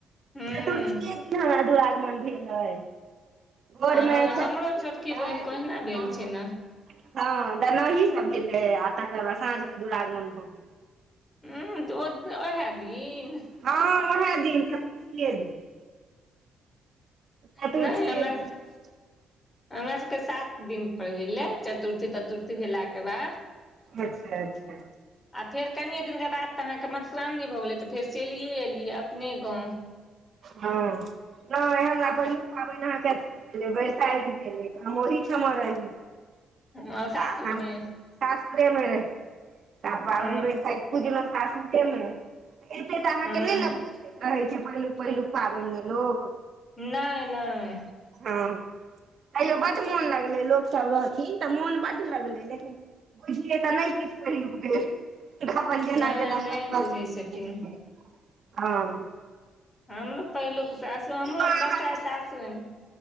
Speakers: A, on the left (about 20°); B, on the right (about 55°).
A: हूँ
B: चतुर्थीए दिन हमरा दुरागमन भेल अइ। भोर
A: हँ
B: मे चतुथी
A: हमरो छोटकी
B: भेलइ,
A: बहिनके ओहिना भेल
B: हॉं।
A: छै ने
B: हँ, दनाॅही सब भेलै, आ तकर बाद साँझ मे दुरागमन भऽ गेलै।
A: ऊंऽ, ओतऽ ओहैऽ दिन?
B: हँ ओहैऽ दिन, चतुरथिये दिन। चतुर्थीये
A: नैय हमरा
B: दिन
A: हमरा सबके सात दिनपर भेलै, चतुर्थी-ततुर्थी भेलाके बाद।
B: अच्छा अच्छा
A: आ फेर कनिए दिनके बाद अहाँके मधुश्रामनी भऽ गेलै, तऽ फेर चैलिए एलियै अपने गाँव।
B: हँ, नैय हमरा पहिलुक पाबैन अहाँके अथी बरसाइत भेलैइ, त हम ओहिठमा रही,
A: हूँ
B: तऽ
A: सासुरमे
B: अहाँके सासुररे मे रही, त पाबैन
A: हूँ
B: बरसाइत पूजलौं सासुरे में। त एते टा अहाँके
A: हूँ
B: नैय न बुझैत रहैत छै पहिलुक-पहिलुक पाबैन मे लोक?
A: नैय-नैय।
B: हँ, तैयो बड मोन लगलै, लोक सब रहथिन तऽ मोन बड्ड लगलै लेकिन बुझियै तऽ नहि किछु पहिलुक बेर। अपन जेना
A: नहि
B: जेना
A: नहि
B: सब
A: बुझै
B: कहलखिन
A: छथिन
B: <unintelligible> हाॅं।
A: हमरो पहिलुक सासू, हमरो
B: अहाँ
A: बरसाइत
B: सब
A: सासुरे में